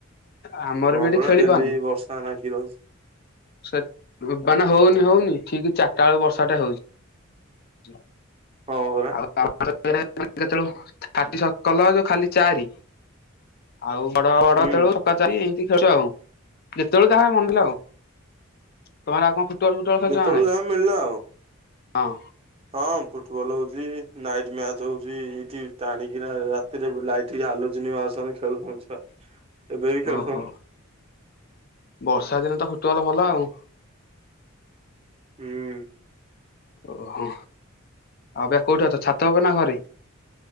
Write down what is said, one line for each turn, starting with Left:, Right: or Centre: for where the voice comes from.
Left: ଆମର
Right: ହଁ
Left: ବି ଏଠି
Right: ପରା
Left: ଖେଳି
Right: ଡେଲି
Left: ପାରୁନି
Right: ବର୍ଷା ନାଗି ରହିଚି
Left: ସେ ବାନେ ହଉନି
Right: ହୁଁ।
Left: ହଉନି ଠିକ ଚାରିଟା ବେଳେ ବର୍ଷା ଟା ହଉଛି।
Right: ହଁ ପରା
Left: ଆଉ ଆମର <unintelligible> କେତେବେ ାଟି ସକାଲ ଯଉ ଖାଲି ଚାରି ଆଉ ବଡ ବଡ
Right: ହୁଁ
Left: ତେଳୁ ଛକା ଚାରି ଏମତି ଖେଳୁ ଆଉ। ଯେତେବେଳଳେ ଯାହା ମନଲା ଆଉ ତମର ଆଉ କଣ ଫୁଟବଲ ଫୁଟବଲ ଖେଳୁଛ
Right: ଯେତେବେଳେ
Left: ନା ନାଇଁ?
Right: ଯାହା ମିଳିଲା ଆଉ।
Left: ହଁ
Right: ହଁ ଫୁଟବଲ ହଉଛି ନାଇଟ ମ୍ୟାଚ ହଉଛି ଏଇଠି ଟାଣିକିନା ତିରେବି ଲାଇଟ୍ ହାଲୁିଜିନ ମାରୁଛନ୍ତି ଖେଳୁ ଛନ୍ତି
Left: <inaudible>
Right: ଏବେ ବି ଖେଳୁଥନ
Left: ଓହୋ ବର୍ଷା ଦିନ ତ ଫୁଟୁଗଲା ଭଲ ଆଉ।
Right: ହୁଁ।
Left: ଓହୋ ଆଉ ବା କୋଉଠି ଅଛ ଛାତ ହବ ନା ଘରେ?